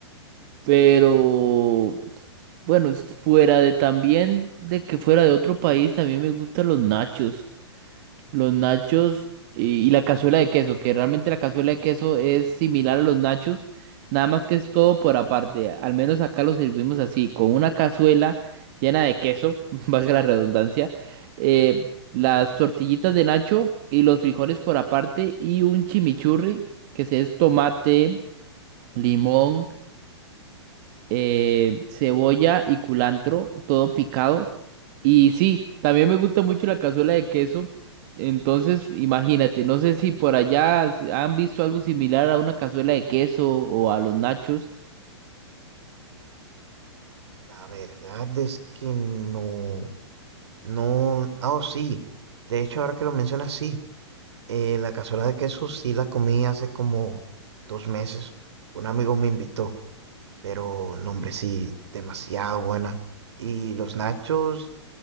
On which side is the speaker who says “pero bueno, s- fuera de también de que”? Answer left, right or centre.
Right